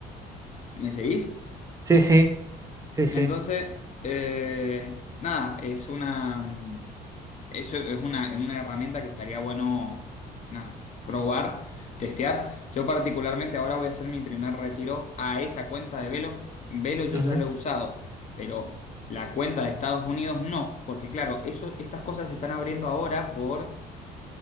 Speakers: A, on the left (about 45°); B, on the right (about 20°).
A: ¿Me seguís?
B: sí, sí, sí, sí.
A: Entonces, eh, nada, es una, mm, eso es una, es una herramienta que estaría bueno, nada, probar, testear. Yo particularmente ahora voy a hacer mi primer retiro a esa cuenta de Velo. Velo yo
B: Ujú,
A: ya lo he usado, pero la cuenta de Estados Unidos no, porque claro, eso, estas cosas se están abriendo ahora por